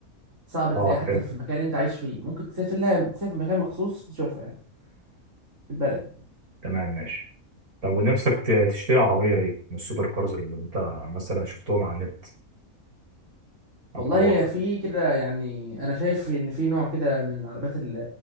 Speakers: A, on the right; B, on the right.
A: صعب تلاقيها
B: اه
A: حتى
B: فهمتك
A: في المكان اللي انت عايش فيه ممكن تسافر لها تسافر مكان مخصوص تشوفها يعني في البلد
B: تمام ماشي طب ونفسك ت- تشتري عربية ايه من السوبر كارز اللي انت مثلا شفتهم على النت او
A: والله
B: في الواقع
A: هي في كده يعني انا شايف ان في نوع كده من عربيات ال-